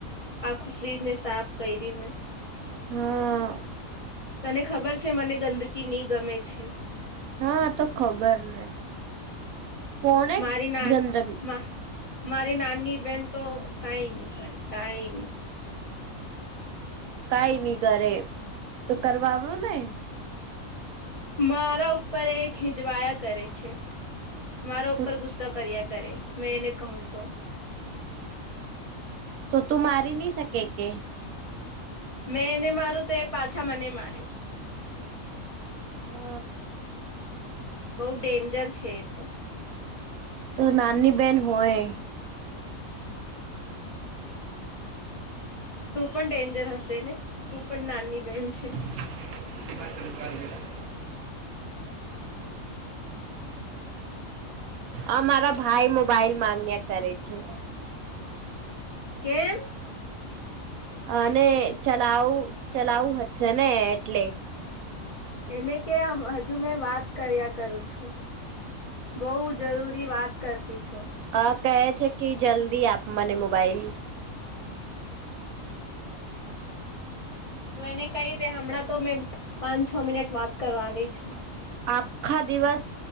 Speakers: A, on the left; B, on the right.
A: આખું ફ્રીજને સાફ કૈર્યુ મેં.
B: હા.
A: તને ખબર છે, મને ગંદકી નહીં ગમે છે.
B: હા, તો ખબર ને, કોને
A: મારી ના
B: ગંદ
A: મા મારી નાની બેન તો કંઈ નહીં કરે, કંઈ નહીં.
B: કંઈ નહીં કરે તો કરવાવો ને.
A: મારા ઉપર એ હિંજવાયા કરે છે. મારા
B: તો
A: ઉપર ગુસ્સા કર્યા કરે, મેં એને કહું તો.
B: તો તું મારી નહી શકે કે?
A: મેં એને મારું તો એ પાછા મને મારે.
B: અ..
A: બઉ ડેન્જર છે એ તો.
B: તો નાની બેહેન હોય.
A: તું પણ ડેન્જર હશે ને? તું પણ નાની બેહેન છે.
B: <inaudible> આ મારા ભાઈ મોબાઈલ માંગ્યા કરે છે.
A: કેમ?
B: અને ચલાવું ચલાવું હ છેને એટલે.
A: એને કે હજુ મેં વાત કર્યા કરું છું. બઉ જરૂરી વાત કરતી છું.
B: અ કહે છે કે જલ્દી આપ મને મોબાઈલ.
A: તું એને કહી દે હમણાં તો મેં પાંચ છ મિનિટ વાત કરવાની છું.
B: આખા દિવસ